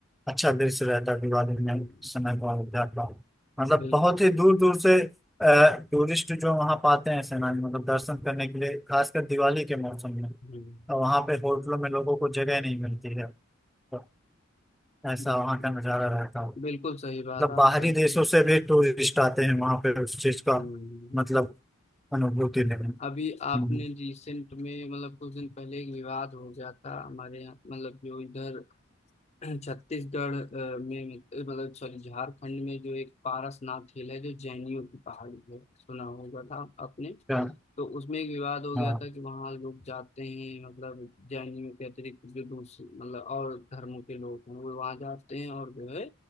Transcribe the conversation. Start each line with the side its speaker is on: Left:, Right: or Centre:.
Centre: अच्छा दृश्य रहता है दिवाली
Left: हम्म
Centre: में उस समय को अयोध्या का मतलब
Left: बिल्कुल
Centre: बहुत ही दूर दूर से टूरिस्ट जो वहाँ पाते हैं सेनानी मतलब दर्शन करने के लिए खासकर दिवाली के मौसम में
Left: हम्म
Centre: तो वहाँ पे होटलों में लोगों को जगह नहीं मिलती है तो ऐसा
Left: बिल्कुल
Centre: वहाँ का नज़ारा रहता है
Left: बिल्कुल सही
Centre: मतलब
Left: बात
Centre: बाहरी
Left: आप कह रहे
Centre: देशों
Left: हैं।
Centre: से भी टूरिस्ट आते हैं वहाँ पे उस चीज़ का
Left: हम्म
Centre: मतलब अनुभूति लेने
Left: अभी आपने
Centre: हम्म,
Left: रिसेंट में मतलब कुछ दिन पहले एक विवाद हो गया था हमारे यहाँ मतलब जो इधर छत्तीसगढ़ अ, में मतलब सॉरी झारखंड में जो एक पारसनाथ हिल है जो जैनियों की पहाड़ी है सुना होगा था आपने
Centre: क्या-
Left: तो उसमें एक विवाद हो गया
Centre: हाँ
Left: था कि वहाँ लोग जाते हैं मतलब जैनियों के अतिरिक्त जो दूसरे मतलब और धर्मों के लोग हैं वो वहाँ जाते हैं और जो है